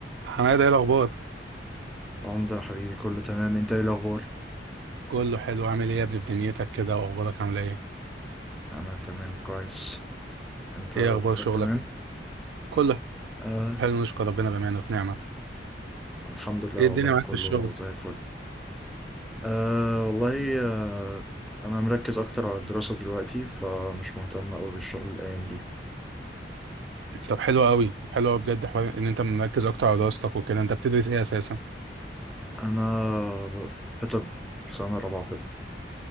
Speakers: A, on the right; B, in the centre.
A: حماده ايه الاخبار
B: عمدة يا حبيبي كله تمام انت ايه الاخبار
A: كله حلو عامل ايه يا ابني في دنيتك كده واخبارك عامله ايه
B: انا تمام كويس انت
A: ايه
B: امورك
A: اخبار شغلك
B: تمام
A: كله
B: آه
A: حلو نشكر ربنا بامانه في نعمه
B: الحمد لله
A: ايه
B: والله
A: الدنيا معاك
B: كله
A: في الشغل
B: زي الفل آه والله آه انا مركز اكتر على الدراسة دلوقتي فمش مهتم قوي بالشغل الايام دي
A: طب حلو قوي طب حلو قوي بجد حوار ان انت مركز اكتر على دراستك وكده انت بتدرس ايه اساسا
B: انا ب- في طب في سنة رابعة طب